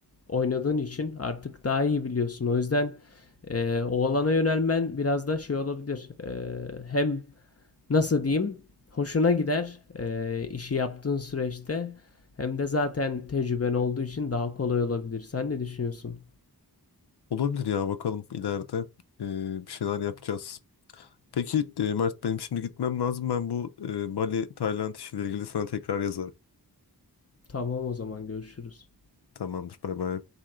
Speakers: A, on the left (about 35°); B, on the left (about 75°).
A: oynadığın için artık daha iyi biliyorsun. O yüzden e, o alana yönelmen biraz da şey olabilir. E, hem nasıl diyeyim hoşuna gider eee, işi yaptığın süreçte hem de zaten tecrüben olduğu için daha kolay olabilir. Sen ne düşünüyorsun?
B: Olabilir ya bakalım ileride e, bir şeyler yapacağız. Peki e, Mert benim şimdi gitmem lazım. Ben bu e, Bali, Tayland işiyle ilgili sana tekrar yazarım.
A: Tamam o zaman görüşürüz.
B: Tamamdır. Bay bay.